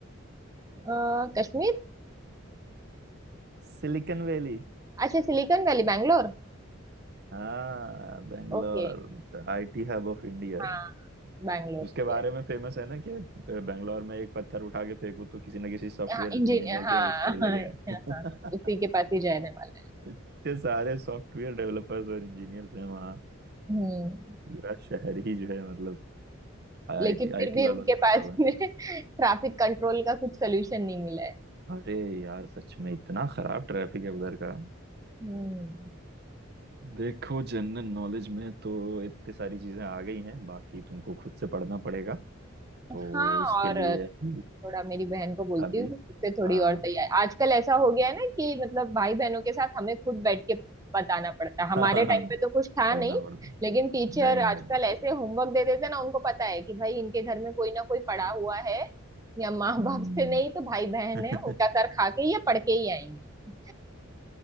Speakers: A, on the right (about 15°); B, on the right (about 50°).
A: अ, कश्मीर
B: Silicon valley
A: अच्छा सिलिकॉन वैली बैंगलोर
B: हाँ Bangalore
A: ओके
B: The IT hub of India
A: हाँ बैंगलोर
B: उसके बारे
A: यस
B: में फेमस है ना कि बेंगलोर में एक पत्थर उठा के फेंकू तो किसी ना किसी सॉफ्टवेयर
A: हाँ इंजीनियर
B: इंजीनियर
A: हाँ
B: के उस पे ही लगे
A: हाँ
B: हैं
A: हाँ उसी
B: <laughs>
A: के पास ही जाने वाला है
B: इतने सारे सॉफ्टवेयर डेवलपर्स और इंजीनियर्स हैं वहाँ
A: हम्म
B: पूरा शहर ही जो है मतलब आईटी
A: लेकिन फिर
B: आईटी
A: भी उनके
B: वालों से भरा
A: पास
B: हुआ
A: में <laughs> ट्रैफिक कंट्रोल का कुछ सोल्यूशन नहीं मिला है
B: है अरे यार सच में इतना खराब ट्रैफिक है उधर का
A: हम्म
B: देखो जनरल नॉलेज में तो इतनी सारी चीजें आ गई हैं बाकी तुमको खुद से पढ़ना पड़ेगा तो
A: हाँ
B: इसके
A: और
B: लिए अभी
A: थोड़ा मेरी बहन को बोलती
B: अभी
A: हूँ कि उससे थोड़ी
B: हाँ
A: और तैयारी आजकल ऐसा हो गया है ना कि मतलब भाई बहनों के साथ हमें खुद बैठ के बताना पड़ता है
B: <laughs>
A: हमारे
B: पढ़ना
A: टाइम पे तो कुछ था नहीं
B: पड़ता नहीं
A: लेकिन टीचर
B: नहीं
A: आजकल ऐसे होमवर्क दे देते हैं ना उनको पता है कि भाई इनके घर में कोई ना कोई पड़ा हुआ है या माँ
B: हम्म
A: बाप से नहीं तो भाई बहन
B: <laughs>
A: है उनका सर खा के या पढ़ के ही आएंगे